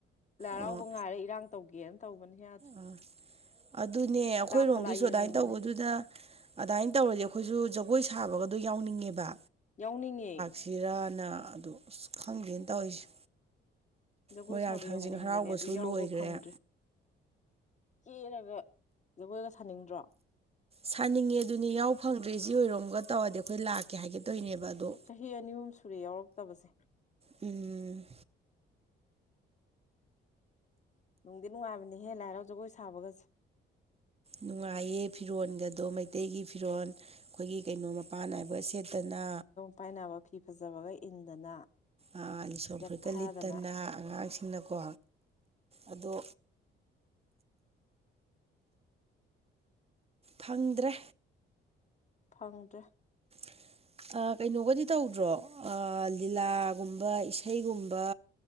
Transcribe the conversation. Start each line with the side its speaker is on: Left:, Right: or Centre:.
Left: ꯂꯥꯏ ꯍꯔꯥꯎꯕ
Right: ꯑꯥ
Left: ꯉꯥꯏꯔꯦ ꯏꯔꯥꯡ ꯇꯧꯒꯦꯅ ꯇꯧꯕꯅꯦ ꯌꯥ
Right: ꯑꯥ ꯑꯗꯨꯅꯦ ꯑꯩꯈꯣꯏꯔꯣꯝꯒꯤꯁꯨ
Left: ꯐꯂꯥ ꯌꯦꯡꯅꯤꯡꯕꯅꯦ
Right: ꯑꯗꯨꯃꯥꯏꯅ ꯇꯧꯕꯗꯨꯗ ꯑꯗꯥꯏꯅ ꯇꯧꯔꯗꯤ ꯑꯩꯈꯣꯏꯁꯨ ꯖꯒꯣꯏ ꯁꯥꯕꯒꯗꯣ ꯌꯥꯎꯅꯤꯡꯉꯦꯕ꯫
Left: ꯌꯥꯎꯅꯤꯡꯉꯦ꯫
Right: ꯁꯤꯔꯥꯅ ꯑꯗꯨ ꯑꯁ ꯈꯪꯗꯦꯅ ꯇꯧꯔꯤꯁꯦ꯫
Left: ꯖꯒꯣꯏ
Right: ꯃꯣꯏꯔꯥꯡ
Left: ꯁꯥꯕ
Right: ꯊꯥꯡꯖꯤꯡ
Left: ꯌꯥꯎꯅꯤꯡꯕꯅꯦ
Right: ꯍꯔꯥꯎꯕꯁꯨ
Left: ꯑꯗꯨ
Right: ꯂꯣꯏꯈ꯭ꯔꯦ
Left: ꯌꯥꯎꯕ ꯐꯪꯗ꯭ꯔꯦ ꯀꯦꯔꯒ ꯖꯒꯣꯏꯒ ꯁꯥꯅꯤꯡꯗ꯭ꯔꯣ?
Right: ꯁꯥꯅꯤꯡꯉꯦ ꯑꯗꯨꯅꯤ ꯌꯥꯎ ꯐꯪꯗ꯭ꯔꯦ ꯁꯤ ꯏꯆꯦ ꯑꯣꯏꯔꯣꯝꯒ ꯇꯧꯔꯗꯤ ꯑꯩꯈꯣꯏ ꯂꯥꯛꯀꯦ ꯍꯥꯏꯒꯦꯠꯇꯣꯏꯅꯦꯕ ꯑꯗꯣ꯫
Left: ꯆꯍꯤ ꯑꯅꯤ ꯑꯍꯨꯝ ꯁꯨꯔꯦ ꯌꯥꯎꯔꯛꯇꯕꯁꯦ꯫
Right: ꯎꯝ
Left: ꯅꯨꯡꯗꯤ ꯅꯨꯡꯉꯥꯏꯕꯅꯦꯍꯦ ꯂꯥꯏ ꯍꯔꯥꯎ ꯖꯒꯣꯏ ꯁꯥꯕꯒꯁꯦ꯫
Right: ꯅꯨꯡꯉꯥꯏꯌꯦ ꯐꯤꯔꯣꯜꯒꯗꯣ ꯃꯩꯇꯩꯒꯤ ꯐꯤꯔꯣꯜ ꯑꯩꯈꯣꯏꯒꯤ ꯀꯩꯅꯣ꯫ ꯃꯄꯥꯟ ꯅꯥꯏꯕ ꯁꯦꯠꯇꯅ꯫
Left: ꯄꯥꯏꯅꯕ ꯐꯤ ꯐꯖꯕꯒ ꯏꯟꯗꯅ꯫
Right: ꯑ ꯂꯤꯁꯣꯟꯝ
Left: ꯌꯦꯠꯊꯗꯅ
Right: ꯐꯨꯔꯤꯠꯀ ꯂꯤꯠꯇꯅ ꯑꯉꯥꯡꯁꯤꯡꯅꯀꯣ ꯑꯗꯣ꯫ ꯐꯪꯗ꯭ꯔꯦ
Left: ꯐꯪꯗ꯭ꯔꯦ
Right: <unintelligible> ꯑꯥ ꯀꯩꯅꯣꯒꯗꯤ ꯇꯧꯗ꯭ꯔꯣ ꯑꯥ ꯂꯤꯂꯥꯒꯨꯝꯕ ꯏꯁꯩꯒꯨꯝꯕ